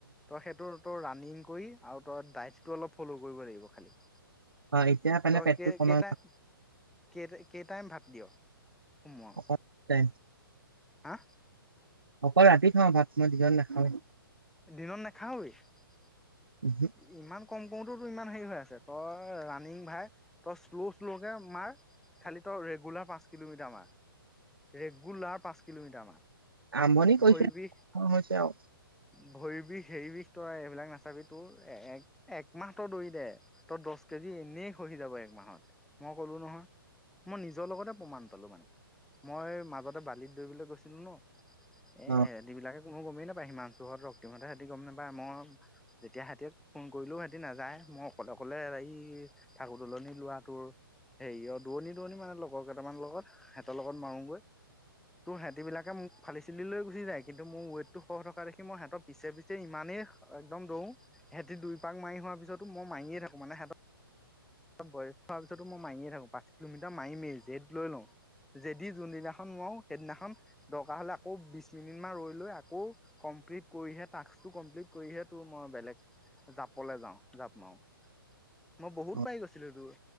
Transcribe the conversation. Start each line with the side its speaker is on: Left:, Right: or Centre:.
Centre: তই সেইটো তোৰ ৰাণিং কৰি আৰু তই ডাইটটো অলপ ফ'ল' কৰিব লাগিব খালি।
Right: অ এতিয়া মানে
Centre: তই
Right: পেটটো
Centre: কে-কেইটা-কেই-কেই
Right: কমা
Centre: টাইম ভাত দিয়? সোমোৱা
Right: অলপ টাইম,
Centre: হা
Right: অকল ৰাতি খাওঁ ভাত মই দিনত নাখাৱেই
Centre: দিনত নাখাওৱেই
Right: উহু
Centre: ইমান কম কৰোতে তো ইমান হেৰি হৈ আছে তই ৰাণিং ভাই তই শ্ল' শ্ল'কে মাৰ খালি তো ৰেগুলাৰ পাঁচ কিলোমিটাৰ মাৰ ৰেগুলাৰ পাঁচ কিলোমিটাৰ মান
Right: আৰম্ভণি কৰিছোহে
Centre: ভৰি বিষ
Right: খোৱা হৈছে আৰু
Centre: ভৰি বিষ হেৰি বিষ তই এইবিলাক নাচাবি তোৰ একমাহ তই দৌৰি দে তই দহ কেজি এনেই খহি যাব এক মাহত মই ক'লো নহয় মই নিজৰ লগতে প্ৰমাণ মই মাজতে বালিত দৰিবলৈ গৈছিলো ন এহেতি
Right: অ
Centre: বিলাকে, কোনো গমেই নাপায় সীমান্ত ৰক্তিমহতে সেতি গম নাপায় মই যেতিয়া সিহতিক ফোন কৰিলো হিহতি নাযায় মই অকলে অকলে এই ঠাকুৰ দলনি লৰাটোৰ হেৰি অ দৰণি দৰণি মানে লগৰ কেইটামান লগত হহঁতৰ লগত মাৰোগৈ তোৰ সিহঁতিবিলাকে মোক ফালি চিলি লৈ গুচি যায় কিন্তু মোৰ ৱেইটটো সৰু থকা দেখি মোৰ সিহতৰ পিছে পিছে ইমান একদম দৌৰো সিহঁতি দুই পাক মাৰি হোৱাৰ পিছতো মই মাৰিয়ে থাকো মানে হেঁতক বয়স হোৱাৰ পিছতো মই মাৰিয়ে থাকো পাঁচ কিলোমিটাৰ মাৰিমেই জেদ লৈ লওঁ জেদি যোনদিনাখন নোৱাৰো সেইদিনাখন দৰকাৰ হলে আকৌ বিশ মিনিট মান ৰৈ লৈ আকৌ কম কমপ্লিত কৰিহে তাস্কটো কমপ্লিত কৰিহে তোৰ মই বেলেগ জাপলে যাওঁ জাপ মাও মই বহুত
Right: অ
Centre: পাৰি গৈছিলো তোৰ